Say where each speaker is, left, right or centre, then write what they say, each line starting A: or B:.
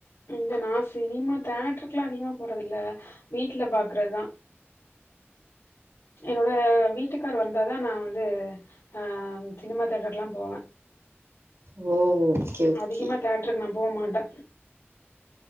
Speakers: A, on the left; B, on the right.
A: இல்ல நான் சினிமா தேட்ருக்கெல்லா அதிகமா போறது இல்ல வீட்ல பாக்குறதுதா என்னோட வீட்டுக்கார் வந்தாதான் நான் வந்து அ சினிமா தேட்டர்கெலா போவே
B: ஓ ஓகே ஓகே
A: அதிகமா தேட்டருகு நா போ மாட்டெ